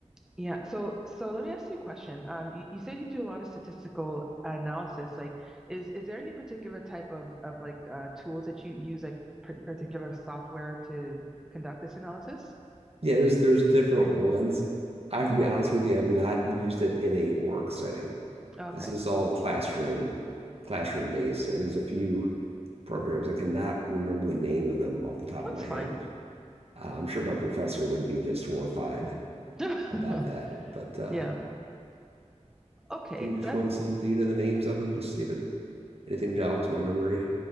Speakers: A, in the centre; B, on the right.
A: yeah, so so let me ask you a question. Um, you, you said you do a lot of statistical analysis. Like, is is there any particular type of of like uh, tools that you use, like par- particular software to conduct this analysis?
B: Yeah, there's there's different ones. I have to be honest with you, I have not used it in a work setting.
A: Okay,
B: This is all classroom classroom-based, and there's a few programs. I cannot remember the name of them off the top
A: that's
B: of my
A: fine.
B: head. Uh, I'm sure my professor would be just horrified
A: <laughs>
B: about that. But uh,
A: Yeah. Okay,
B: can you just
A: that.
B: run some? Do you know the names of them? Just see if it, anything jogs my memory.